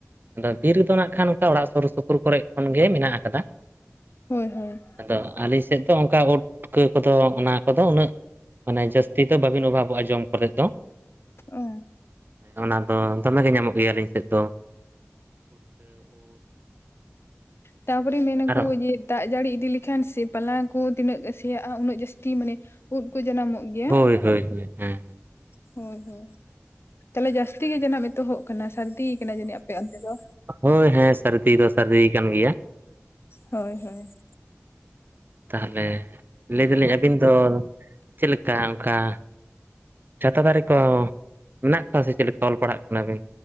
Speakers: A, on the right; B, on the left.
A: ᱟᱫᱚ ᱵᱤᱨ ᱨᱮᱫᱚ ᱱᱟᱜ ᱠᱷᱟᱱ ᱚᱱᱠᱟ ᱚᱲᱟᱜ ᱥᱩᱨ ᱥᱩᱯᱩᱨ ᱠᱚᱨᱮ ᱠᱷᱚᱱ ᱜᱮ ᱢᱮᱱᱟᱜ ᱟᱠᱟᱫᱟ ᱾
B: ᱦᱟᱭ ᱦᱚᱭ ᱾
A: ᱟᱫᱚ ᱟᱹᱞᱤᱧ ᱥᱮᱫ ᱫᱚ ᱚᱱᱠᱟ ᱩᱫ ᱯᱩᱴᱠᱟᱹ ᱠᱚᱫᱚ ᱚᱱᱟ ᱠᱚᱫᱚ ᱩᱱᱟᱹᱜ ᱢᱟᱱᱮ ᱾ ᱛᱤ ᱫᱚ ᱵᱟᱹᱵᱤᱱ ᱚᱵᱷᱟᱵᱚᱜᱼᱟ ᱡᱚᱢ ᱠᱚᱨᱮ ᱫᱚ?
B: ᱚ
A: ᱚᱱᱟ ᱫᱚ ᱫᱚᱢᱮ ᱜᱮ ᱧᱟᱢᱚᱜ ᱜᱮᱭᱟ ᱟᱹᱞᱤᱧ ᱥᱮᱫ ᱫᱚ ᱾
B: ᱛᱟᱯᱚᱨᱮ ᱢᱮᱱᱟᱠᱚ
A: ᱟᱨᱚ
B: ᱡᱮ, ᱫᱟᱜ ᱡᱟᱹᱲᱤ ᱤᱫᱤ ᱞᱮᱠᱷᱟᱱ ᱥᱮ ᱯᱟᱞᱟ ᱠᱚ ᱛᱤᱱᱟᱹᱜ ᱥᱮᱭᱟᱜᱼᱟ ᱩᱱᱟᱹᱜ ᱡᱟᱹᱥᱛᱤ ᱢᱟᱱᱮ ᱩᱫ ᱠᱚ ᱡᱟᱱᱟᱢᱚᱜ ᱜᱮᱭᱟ ᱾
A: ᱦᱚᱭ ᱦᱚᱭ ᱦᱚᱭ ᱦᱮᱸ ᱾
B: ᱦᱚᱭ ᱦᱚᱭ ᱛᱟᱦᱚᱞᱮ ᱡᱟᱹᱥᱛᱤ ᱜᱮ ᱡᱟᱱᱟᱢ ᱮᱛᱚᱦᱚᱵ ᱠᱟᱱᱟ ᱥᱟᱹᱨᱫᱤ ᱠᱟᱱᱟ ᱡᱟᱹᱱᱤᱡ ᱟᱯᱮ ᱚᱱᱛᱮ ᱫᱚ?
A: ᱦᱚᱭ ᱦᱮᱸ ᱥᱟᱹᱨᱫᱤ ᱫᱚ ᱥᱟᱹᱨᱫᱤ ᱠᱟᱱ ᱜᱮᱭᱟ ᱾
B: ᱦᱚᱭ ᱦᱚᱭ ᱾
A: ᱛᱟᱦᱚᱞᱮ ᱞᱟᱹᱭ ᱫᱟᱞᱤᱧ ᱟᱹᱵᱤᱱ ᱫᱚ ᱪᱮᱫ ᱞᱮᱠᱟ ᱚᱱᱠᱟ? ᱪᱷᱟᱛᱟ ᱫᱟᱨᱮ ᱠᱚ ᱢᱮᱱᱟᱜ ᱠᱚᱣᱟ ᱥᱮ ᱪᱮᱫ ᱞᱮᱠᱟ ᱚᱞ ᱯᱟᱲᱦᱟᱜ ᱠᱟᱱᱟ ᱵᱤᱱ?